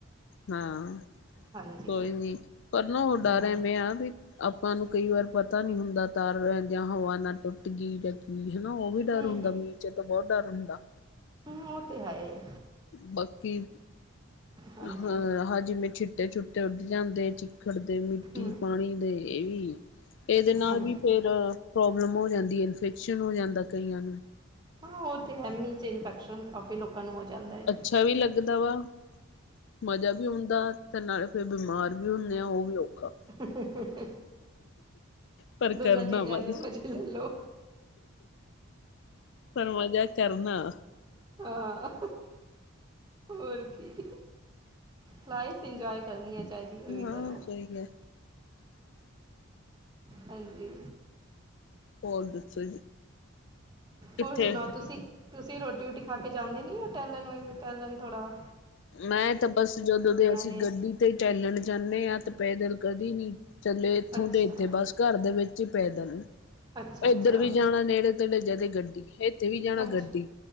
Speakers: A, on the left; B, on the right.
A: ਹਾਂ।
B: ਹਾਂਜੀ
A: ਕੋਈ ਨੀ ਪਰ ਨਾ ਹੋ ਡਰ
B: ਹਾਂ
A: ਐਵੇਂ ਆ ਵੀ ਆਪਾਂ ਨੂੰ ਕਈ ਵਾਰ ਪਤਾ ਨਹੀ ਹੁੰਦਾ ਤਾਰ ਰਹਦਿਆਂ ਹਵਾ ਨਾ ਟੁੱਟ ਗਈ। ਹਨਾ <unintelligible> ਉਹ ਵੀ ਡਰ
B: ਹੂੰ
A: ਹੁੰਦਾ, ਮੀਰ ਚੇ ਤੇ ਬਹੁਤ ਡਰ ਹੁੰਦਾ।
B: ਹਮ ਉਹ ਤੇ ਹੈ ਆ
A: ਬਾਕੀ,
B: ਹਾਂਜੀ
A: ਅਹ ਹਾਂ ਜਿਵੇਂ ਛਿੱਟੇ ਛੁਟੇ ਉੱਡ ਜਾਂਦੇ ਹਾਂ ਖੜਦੇ ਮਿੱਟੀ
B: ਹੂੰ
A: ਪਾਣੀ ਦੇ ਇਹ ਵੀ ਇਹਦੇ ਨਾਲ
B: ਹਾਂਜੀ
A: ਵੀ ਫੇਰ ਪ੍ਰੋਬਲਮ ਹੋ ਜਾਂਦੀ ਹੈ ਇਨਫੈਕਸ਼ਨ ਹੋ ਜਾਂਦਾ ਕਈਆਂ ਨੂੰ।
B: ਹਾਂ, ਉਹ ਤੇ ਹੈ ਮੀਂਹ ਚ ਇਨਫੈਕਸ਼ਨ ਕਾਫੀ ਲੋਕਾਂ ਨੂੰ ਹੋ ਜਾਂਦਾ ਐ
A: ਅੱਛਾ ਵੀ ਲੱਗਦਾ ਵਾ ਮਜ਼ਾ ਵੀ ਆਉਂਦਾ ਤੇ ਨਾਲੇ ਫਿਰ ਬਿਮਾਰ ਵੀ ਹੁੰਦੇ ਆ ਉਹ ਵੀ ਔਖਾ।
B: <unintelligible>
A: ਪਰ
B: ਦੋਨਾਂ
A: ਕਰਨਾ
B: ਚੀਜ਼ਾਂ
A: ਵਧ
B: ਦੇ ਮਜ਼ੇ ਲੈ ਲੋ
A: ਪਰ ਮਜ਼ਾ ਚਰਨਾ
B: ਹਾਂ ਹੋਰ ਕੀ ਲਾਈਫ ਇੰਜੋਏ ਕਰਨੀ ਆ ਚਾਹੇ ਜਿਵੇਂ ਵੀ
A: ਹਾਂ
B: ਕਰੋ
A: ਸਹੀ ਹੈ
B: ਹਾਂਜੀ
A: ਹੋਰ ਦੱਸੋ ਜੀ। ਕਿੱਥੇ
B: ਹੋਰ ਸੁਣਾਓ ਤੁਸੀਂ- ਤੁਸੀਂ ਰੋਟੀ- ਰੋਟੀ ਖਾ ਕੇ ਜਾਂਦੇ ਨੀ ਆ ਟਹਿਲ ਵ ਟੈਲਣ ਥੋੜ੍ਹਾ
A: ਮੈਂ ਤਾਂ ਬਸ ਜਦੋਂ ਦੇ ਅਸੀਂ
B: ਨੇ
A: ਗੱਡੀ ਤੇ ਚੇਲਣ ਜਾਨੇ ਆਂ ਤੇ ਪੈਦਲ ਕਦੇ ਨਹੀਂ ਚੱਲੇ ਇੱਥੋਂ
B: ਅੱਛਾ।
A: ਤੇ ਇੱਥੇ ਬਸ ਘਰ ਦੇ ਵਿੱਚ ਹੀ ਪੈਦਲ
B: ਅੱਛਾ
A: ਇੱਧਰ
B: ਅੱਛਾ
A: ਵੀ ਜਾਣਾ ਨੇੜੇ ਤੇੜੇ ਜਦੇ ਗੱਡੀ, ਇੱਥੇ ਵੀ ਜਾਣਾ
B: ਅੱਛਾ
A: ਗੱਡੀ,